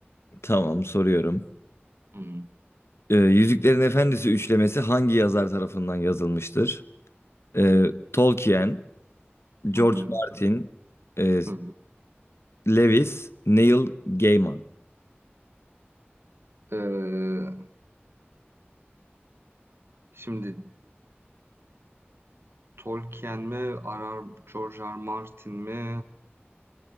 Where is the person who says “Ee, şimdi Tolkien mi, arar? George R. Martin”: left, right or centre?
Right